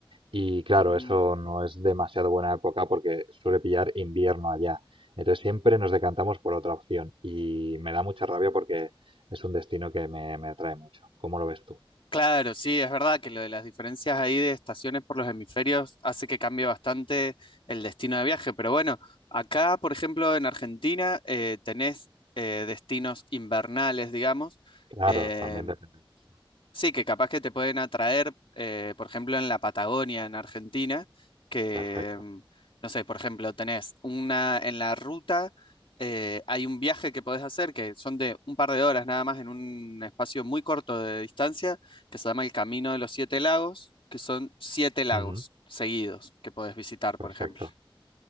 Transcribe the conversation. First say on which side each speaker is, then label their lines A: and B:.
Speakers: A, on the right; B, on the left.
A: Y claro,
B: Mm,
A: eso no es demasiado buena época porque suele pillar invierno allá. Entonces siempre nos decantamos por otra opción y me da mucha rabia porque es un destino que me, me atrae mucho. ¿Cómo lo ves tú?
B: claro, sí, es verdad que lo de las diferencias ahí de estaciones por los hemisferios hace que cambie bastante el destino de viaje, pero bueno, acá, por ejemplo, en Argentina, eh, tenés eh, destinos invernales, digamos.
A: Claro,
B: eh,
A: también depende de eso.
B: Sí, que capaz que te pueden atraer, eh, por ejemplo, en la Patagonia, en Argentina, que,
A: Perfecto.
B: mm, no sé, por ejemplo, tenés una, en la ruta, eh, hay un viaje que podés hacer, que son de un par de horas nada más, en un espacio muy corto de distancia, que se llama el Camino de los Siete Lagos, que son siete lagos
A: Ujú,
B: seguidos que podés visitar,
A: Perfecto.
B: por ejemplo.